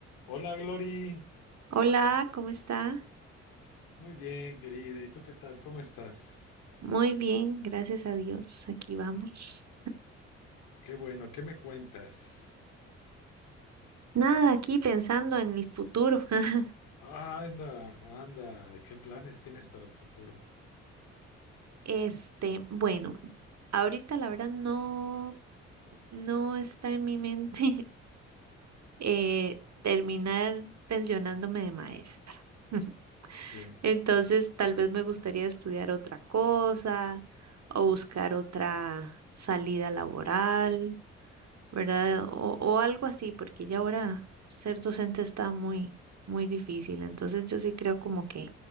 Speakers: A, on the left; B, on the right.
A: Hola, Glory.
B: Hola, ¿cómo está?
A: Muy bien, querida. ¿Y tú qué tal? ¿Cómo estás?
B: Muy bien, gracias a Dios. Aquí vamos.
A: Qué bueno, ¿qué me cuentas?
B: Nada, aquí pensando en el futuro. <laughs>
A: Ah, anda, anda. ¿Qué planes tienes para el futuro?
B: Este, bueno, ahorita la verdad no, no está en mi mente <laughs> eh, terminar pensionándome de maestra. <laughs>
A: Sí.
B: Entonces, tal vez me gustaría estudiar otra cosa o buscar otra salida laboral. ¿verdad? O, o algo así, porque ya ahora ser docente está muy, muy difícil. Entonces yo sí creo como que